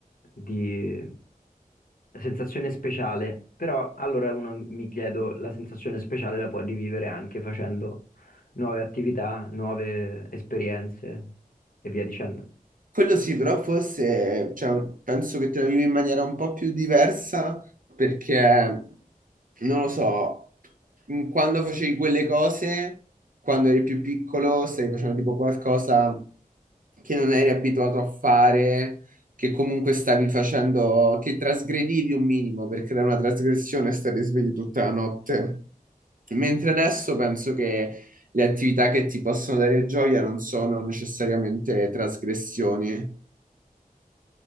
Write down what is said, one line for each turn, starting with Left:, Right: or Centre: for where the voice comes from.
Left: di sensazione speciale, però allora uno mi chiedo, la sensazione speciale la può rivivere anche facendo nuove attività, nuove esperienze e via dicendo.
Right: Quello sì, però forse, cioè, penso che te la vivi in maniera un po' più diversa perché, non lo so, mh, quando facevi quelle cose, quando eri più piccolo, stavi facendo tipo qualcosa che non eri abituato a fare, che comunque stavi facendo, che trasgredivi un minimo perché era una trasgressione stare svegli tutta la notte. Mentre adesso penso che le attività che ti possono dare gioia non sono necessariamente trasgressioni.